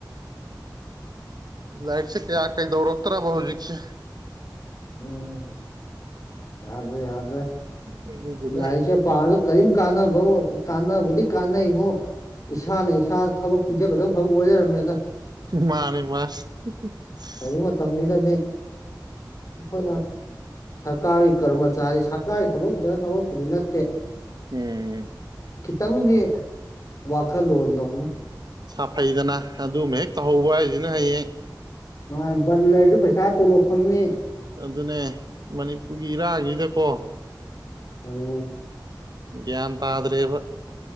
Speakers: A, on the right (about 60°); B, on the left (about 45°).
A: ꯂꯥꯏꯔꯤꯛꯁꯦ ꯀꯌꯥ ꯀꯩꯗꯧꯔꯛꯇ꯭ꯔꯕ ꯍꯨꯖꯤꯛꯁꯦ
B: ꯎꯝ ꯌꯥꯗ꯭ꯔꯦ ꯌꯥꯗ꯭ꯔꯦ
A: ꯑꯗꯨꯗꯨꯅ
B: ꯂꯥꯏꯔꯤꯛꯁꯦ ꯄꯥꯔꯖꯨ ꯀꯔꯤꯝ ꯀꯥꯟꯅꯕꯑꯣ ꯀꯥꯟꯅꯕꯨꯗꯤ ꯀꯥꯟꯅꯩꯕꯨ ꯏꯁꯥꯅ ꯏꯁꯥ ꯊꯕꯛ ꯄꯤꯖꯒꯗ ꯊꯕꯛ ꯑꯣꯏ ꯂꯩꯔꯝꯃꯦꯗ
A: ꯃꯥꯅꯤ ꯃꯥꯅꯤ ꯍꯤ ꯍꯤ
B: ꯍꯧꯖꯤꯛ ꯃꯇꯝꯁꯤꯗꯗꯤ
A: ꯁꯁ
B: ꯑꯩꯈꯣꯏꯅ ꯁꯔ ꯀꯥꯔꯒꯤ ꯀꯔꯃꯆꯥꯔꯤ ꯁꯔꯀꯥꯔꯒꯤ ꯊꯕꯛꯇꯅ ꯊꯕꯛꯄꯨꯗꯤ ꯅꯠꯇꯦ
A: ꯎꯝ
B: ꯇꯪꯗꯤ ꯋꯥꯈꯜ ꯂꯨꯟꯗꯣ ꯑꯃ
A: ꯁꯥꯐꯩꯗꯅ ꯑꯗꯨꯃ ꯍꯦꯛ ꯇꯧꯍꯧꯕ ꯍꯥꯏꯖꯤꯅ ꯍꯌꯦꯡ
B: ꯑ ꯕꯟ ꯂꯩꯔꯖꯨ ꯄꯩꯁꯥ ꯇꯣꯂꯣꯞ ꯐꯪꯅꯤ
A: ꯑꯗꯨꯅꯦ ꯃꯅꯤꯄꯨꯔꯒꯤ ꯏꯔꯥꯡꯁꯤꯗꯀꯣ
B: ꯎꯝ
A: ꯒ꯭ꯌꯥꯟ ꯇꯥꯗ꯭ꯔꯦꯕ